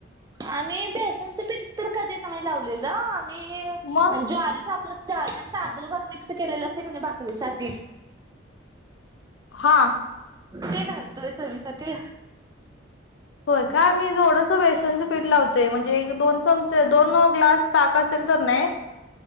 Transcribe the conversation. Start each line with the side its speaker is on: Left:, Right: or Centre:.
Right: आम्ही बेसनचं पीठ तर कधी नाही लावलेलं. मी
Left: मग
Right: ज्वारीच आपल जान तांदूळ घालून मिक्स केलेलं असतय कनी भाकरीसाठी,
Left: हा.
Right: ते घालतोय चवीसाठी.
Left: होय काय? मी थोडस बेसनचं पीठ लावतोय म्हणजे एक दोन चमचे दोन ग्लास ताक असेल तर नाही